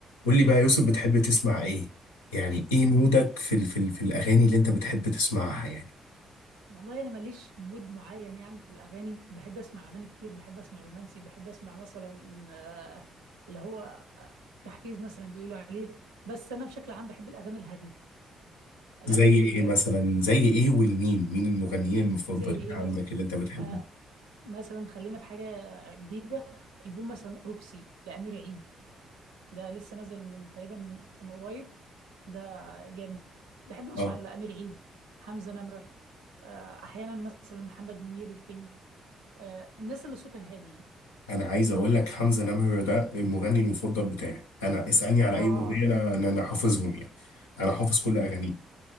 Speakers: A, on the left (about 85°); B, on the right (about 80°).
A: قول لي بقى يا يوسف بتحب تسمع ايه يعني ايه مودك في ال في ال في الاغاني اللي انت بتحب تسمعها يعني
B: والله انا ماليش مود معين يعني في الاغاني بحب اسمع اغاني كتير بحب اسمع رومانسي بحب اسمع مثلا آه، اللي هو تحفيز مثلا بيقولوا عليه بس انا بشكل عام بحب الاغاني الهاديه الاغاني
A: زي
B: اللي
A: ايه مثلا زي ايه والمين مين المغنيين المفضلين
B: زي ايه
A: عندك
B: مثلا
A: اللي انت بتحبهم
B: آه، مثلا خلينا في حاجه جديده البوم مثلا روكسي لامير عيد ده لسه نازل من تقريبا من قريب ده جامد بحب اسمع
A: اه
B: لامير عيد حمزه نمره آه، احيانا مثلا محمد منير الكينج آه، الناس اللي صوتها هادي
A: انا عايز اقول لك حمزة نمرة ده المغني المفضل بتاعي انا اسالني على
B: اه
A: اي اغنيه انا انا أنا حافظهم يعني انا حافظ كل اغانيه